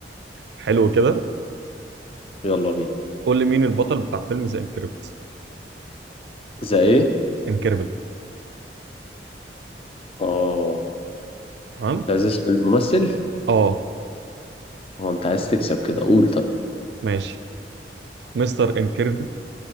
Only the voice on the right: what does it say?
حلو كده
قول لي مين البطل بتاع فيلم ذا انكريبت
انكريبل
تمام
اه
ماشي مستر انكريبل